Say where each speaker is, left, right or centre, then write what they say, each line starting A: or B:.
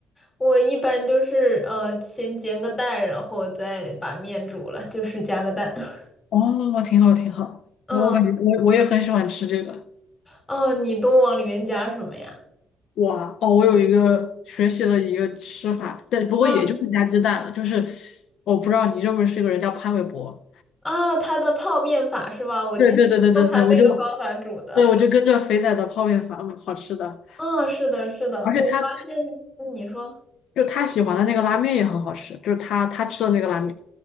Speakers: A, on the left; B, on the left.
A: 我一般就是呃先煎个蛋，然后再把面煮了，就是加个蛋。<laughs>
B: 哦，挺好，挺好。
A: 嗯
B: 那我感觉我我也很喜欢吃这个。
A: 嗯，呃你都往里面加什么呀？
B: 哇，哦，我有一个学习了一个吃法，但不过也就是加鸡蛋了。
A: 嗯
B: 就是我不知道你认不认识一个人叫潘玮柏。
A: 啊，他的泡面法是吧？我今天用他那个方法煮的。
B: 对对对对对对，我就对我就跟着肥仔的泡面法，嗯，好吃的。
A: 嗯，是的，是的，
B: 而且他就
A: 我发现，那你说
B: 就他喜欢的那个拉面也很好吃，就是他他吃的那个拉面。